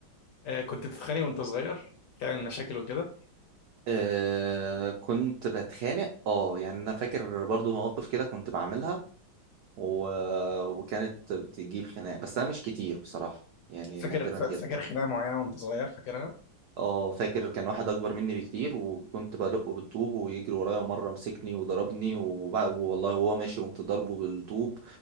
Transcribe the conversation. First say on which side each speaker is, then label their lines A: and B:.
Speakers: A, on the left; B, on the right.
A: آه كنت بتتخانق وانت صغير تعمل مشاكل وكده
B: آه كنت بتخانق اه يعني انا فاكر برضو مواقف كده كنت بعملها و... وكانت بتجيب خناق بس انا مش كتير بصراحة يعني
A: فاكر
B: نادرا
A: ف-
B: جدا
A: فاكر خناقه معينه وانت صغير فاكرها
B: اه فاكر كان واحد اكبر مني بكتير وكنت بدقه بالطوب ويجري ورايا ومره مسكني وضربني وبع- والله هو ماشي قمت ضربه بالطوب